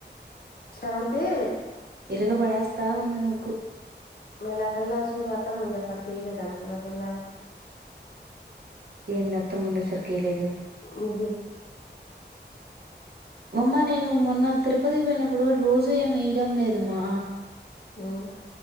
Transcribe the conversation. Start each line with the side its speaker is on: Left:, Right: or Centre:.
Left: స్రవంతి
Right: తిరగబడేస్తా ఉంది ముగ్గు
Left: మల్లా ఆ పిల్లా చూడు అత్తమ్ము ఉండే కడికి ఎయిలేదు అనుకోదా ఆ పిల్ల
Right: ఏంది అత్తమ్మ ఉండేసరికి ఏంలేదు
Left: ముగ్గు
Right: అమ్మ, నేను మొన్న తిరుపతి పోయినప్పుడు కూడా రోజూ ఏమి వేయడం లేదమ్మా
Left: మ్మ్